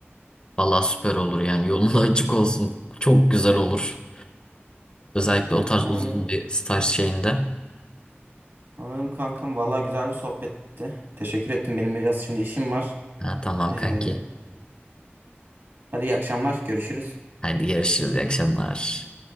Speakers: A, on the left (about 25°); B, on the right (about 60°).
A: valla süper olur yani yolun <laughs> da açık olsun. Çok güzel olur. Özellikle o tarz
B: Anladım.
A: uzun bir staj şeyinde.
B: Anladım kankam. valla güzel bir sohbetti. Teşekkür ettim. Benim biraz şimdi işim var.
A: Ha, tamam
B: Ee,
A: kanki.
B: hadi iyi akşamlar. Görüşürüz.
A: Hadi görüşürüz. İyi akşamlar.